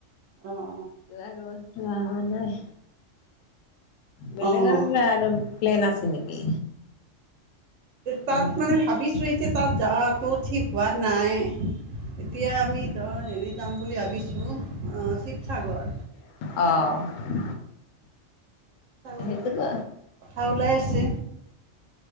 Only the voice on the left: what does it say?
আৰু যোৱাৰো নাই। বেলেগ
আৰু কিবা আৰু প্লেন আছে নেকি?
উম
অ'।
সেইটোৱ।